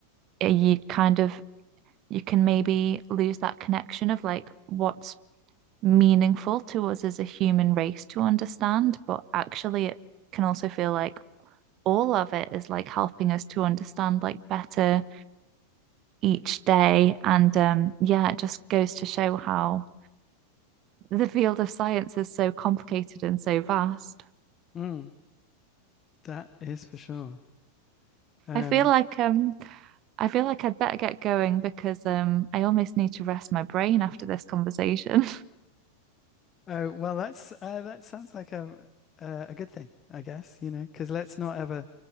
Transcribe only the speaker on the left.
Mm, that is for sure. Um,
oh well, that's uh, that sounds like a uh, a good thing, I guess. You know, because let's not ever